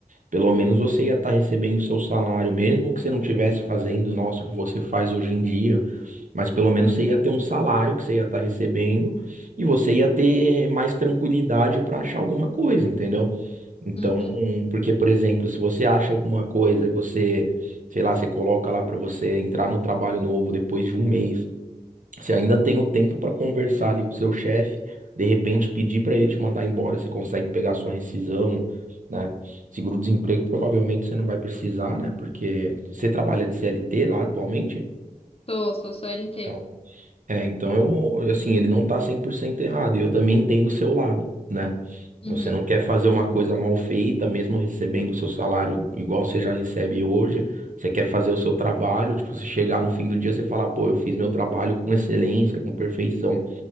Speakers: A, on the right; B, on the left.
A: pelo menos você ia estar recebendo o seu salário, mesmo que você não estivesse fazendo, nossa, o que você faz hoje em dia, mas pelo menos você ia ter um salário que você ia estar recebendo e você ia ter mais tranquilidade para achar alguma coisa, entendeu? Então,
B: Uhum.
A: porque, por exemplo, se você acha alguma coisa e você, sei lá, você coloca lá para você entrar no trabalho novo depois de um mês. Você ainda tem o tempo para conversar ali com o seu chefe, de repente pedir para ele te mandar embora, você consegue pegar a sua rescisão, né? Seguro-desemprego provavelmente você não vai precisar, né? Porque você trabalha de CLT lá atualmente?
B: Sou, sou CLT.
A: Então, é, então eu, assim, ele não tá 100% errado, e eu também entendo o seu lado, né?
B: Uhum.
A: Você não quer fazer uma coisa mal feita, mesmo recebendo o seu salário igual você já recebe hoje. Você quer fazer o seu trabalho, tipo, você chegar no fim do dia, você falar, pô, eu fiz meu trabalho com excelência, com perfeição